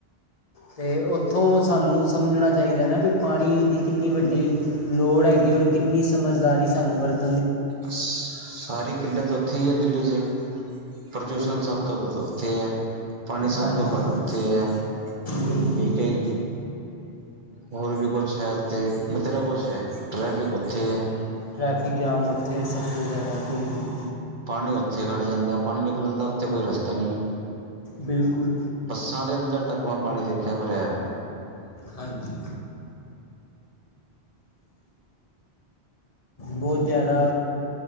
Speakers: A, on the left; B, on the right.
A: ਤੇ ਉੱਥੋਂ ਸਾਨੂੰ ਸਮਝਣਾ ਚਾਹੀਦਾ ਆ ਨਾ ਵੀ ਪਾਣੀ ਦੀ ਕਿੰਨੀ ਵੱਡੀ ਲੋੜ ਹੈਗੀ ਹੈ ਔਰ ਕਿੰਨੀ ਸਮਝਦਾਰੀ ਸਾਨੂੰ ਵਰਤ
B: ਸਾਰੀ ਕਿੱਲਤ ਉੱਥੇ ਹੀ ਹੈ ਦਿੱਲੀ ਚ। ਪ੍ਰਦੂਸ਼ਣ
A: ਬਿਲਕੁਲ
B: ਸਭ ਵੱਧ ਤੋਂ ਉੱਥੇ ਹੈ, ਪਾਣੀ ਸਭ
A: ਹਾਂਜੀ
B: ਤੋਂ ਘੱਟ ਉੱਥੇ ਹੈ।
A: ਬਿਲਕੁਲ
B: ਠੀਕ ਹੈ ਜੀ। ਹੋਰ ਵੀ ਕੁਛ ਹੈ ਤੇ, ਬਥੇਰਾ ਕੁਛ ਹੈ, ਟ੍ਰੈਫਿਕ ਉੱਥੇ ਐ।
A: ਟ੍ਰੈਫਿਕ ਜਾਮ ਉੱਥੇ, ਸਭ ਤੋਂ ਜ਼ਿਆਦਾ ਬਿਲਕੁਲ।
B: ਪਾਣੀ ਉੱਥੇ ਖੜ ਜਾਂਦਾ, ਪਾਣੀ ਨਿਕਲਣ ਦਾ ਉੱਥੇ ਕੋਈ ਰਸਤਾ ਨਹੀਂ।
A: ਬਿਲਕੁਲ
B: ਬੱਸਾਂ ਦੇ ਅੰਦਰ ਤੱਕ ਮੈਂ ਪਾਣੀ ਦੇਖਿਆ ਭਰਿਆ ਐ।
A: ਹਾਂਜੀ। ਬਹੁਤ ਜ਼ਿਆਦਾ